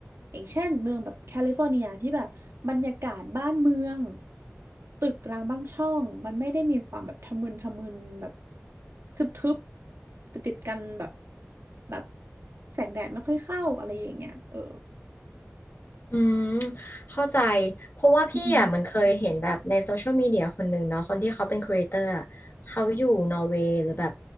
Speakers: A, on the right; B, on the left.
A: อย่างเช่นเมืองแบบแคลิฟอร์เนียที่แบบบรรยากาศบ้านเมืองตึกรางบ้างช่องมันไม่ได้มีความแบบทะมึนทะมึนแบบทึบๆติดติดกันแบบแบบแสงแดดไม่ค่อยเข้าอะไรอย่างเงี้ยเออ
B: อืมเข้าใจเพราะว่าพี่อ่ะมันเคยเห็นแบบในโซเชียลมีเดียคนหนึ่งเนาะคนที่เขาเป็นครีเอเตอร์อะเขาอยู่นอร์เวย์หรือแบบ
A: อืม